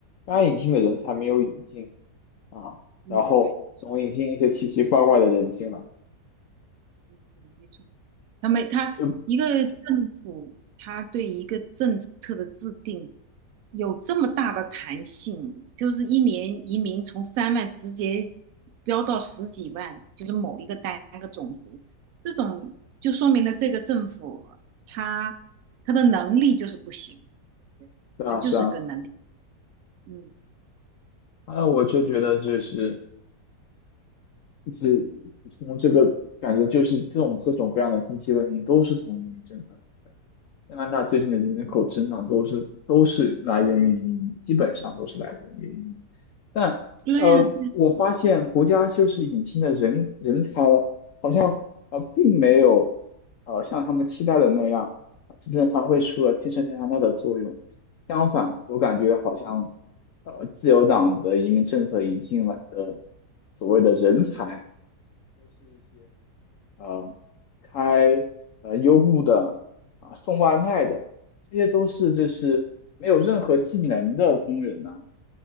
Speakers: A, on the left; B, on the right.
A: 该引进的人才没有引进。
B: 对，
A: 啊，
B: 嗯，
A: 然后总引进一些奇奇怪怪的人进来，
B: 对，是嗯，对，没错。他没他一个政府，
A: 就
B: 他对一个政策的制定有这么大的弹性，就是一年移民从三万直接飙到十几万，就是某一个单个种族，这种就说明了这个政府他他的能力就是不行，
A: 对啊是啊，
B: 他就是个能力，嗯，
A: 还有我就觉得就是
B: 对，
A: 是从这个感觉就是这种各种各样的经济问题都是从移民政策来的。加拿大最近的人口增长都是都是来源于移民，
B: 嗯，
A: 基本上都是来源于移民。但呃，
B: 对呀，
A: 我发现国家就是引进的人人才了，好像呃并没有呃像他们期待的那样，呃真正发挥出了建设加拿大的作用。相反，我感觉好像呃自由党的移民政策引进来的所谓的人才，呃，开呃优步的啊、送外卖的，这些都是就是没有任何技能的工人呢。